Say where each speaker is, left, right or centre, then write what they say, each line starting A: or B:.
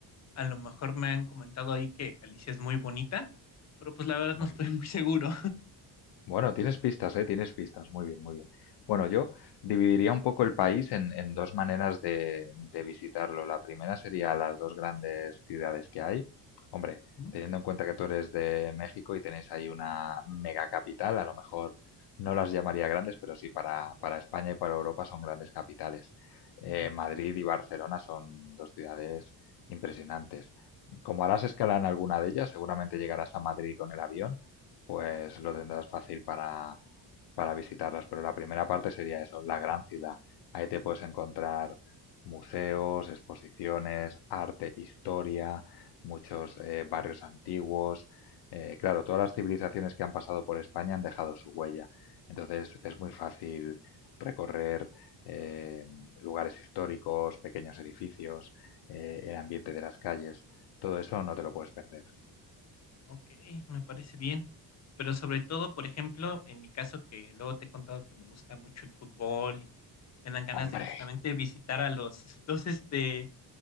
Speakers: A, on the left; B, on the left.
A: A lo mejor me han comentado ahí que Galicia es muy bonita, pero pues la verdad
B: Muy
A: no estoy
B: bien.
A: muy seguro.
B: Bueno, tienes pistas, ¿eh? Tienes pistas. Muy bien, muy bien. Bueno, yo dividiría un poco el país en, en dos maneras de, de visitarlo. La primera sería las dos grandes ciudades que hay. Hombre,
A: <laughs> Ujú,
B: teniendo en cuenta que tú eres de México y tenéis ahí una mega capital, a lo mejor no las llamaría grandes, pero sí para, para España y para Europa son grandes capitales. Eh,
A: Ajá.
B: Madrid y Barcelona son dos ciudades impresionantes. Como harás escala en alguna de ellas, seguramente llegarás a Madrid con el avión pues lo tendrás fácil para, para visitarlas. Pero la primera parte sería eso, la gran ciudad. Ahí te puedes encontrar museos, exposiciones, arte, historia, muchos eh, barrios antiguos. Eh, claro, todas las civilizaciones que han pasado por España han dejado su huella. Entonces es muy fácil recorrer eh, lugares históricos, pequeños edificios, eh, el ambiente de las calles. Todo eso no te lo puedes perder.
A: Ok, me parece bien. Pero sobre todo, por ejemplo, en mi caso, que luego te he contado que me gusta mucho el fútbol y que me dan ganas
B: Hombre,
A: de justamente visitar a los <laughs> dos, este,